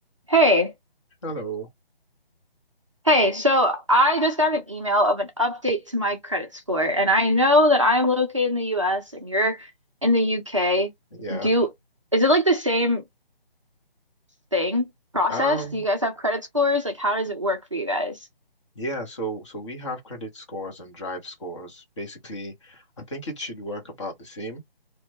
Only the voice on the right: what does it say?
Hey,
hey, so I just got an email of an update to my credit score, and I know that I'm located in the US and you're in the UK.
Do, is it like the same thing process?
Do you guys have credit scores? Like, how does it work for you guys?